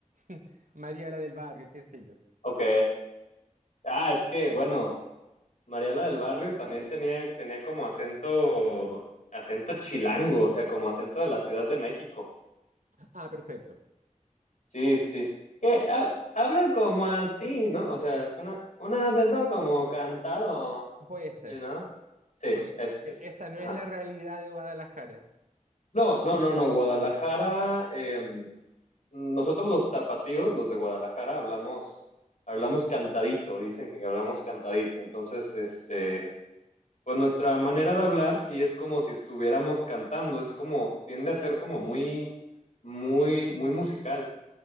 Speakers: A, on the right; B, on the left.
A: <laughs> María la del Barrio, qué sé yo.
B: Ok. Ah, es que, bueno, Mariela del Barrio también tenía, tenía como acento, acento chilango, o sea, como acento de la Ciudad de México.
A: Ah, perfecto.
B: Sí, sí. sí. Que ha- hablan como así, ¿no? O sea, es una, un acento como cantado,
A: Puede ser.
B: ¿sí, no? Sí,
A: Ah, porque
B: es,
A: e-
B: es,
A: esa no
B: ajá.
A: es la realidad de Guadalajara.
B: No, no, no, no, Guadalajara, eh, nosotros los tapatíos, los de Guadalajara, hablamos, hablamos cantadito, dicen que hablamos cantadito. Entonces, este, pues nuestra manera de hablar sí es como si estuviéramos cantando, es como, tiende a ser como muy, muy, muy musical,